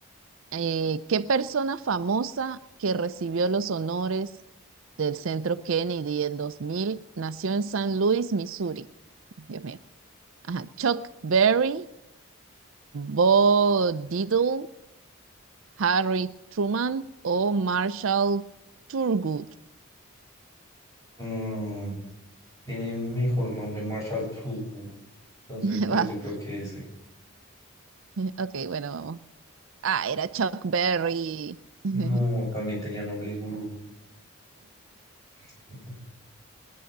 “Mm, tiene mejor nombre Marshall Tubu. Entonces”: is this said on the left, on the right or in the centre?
Left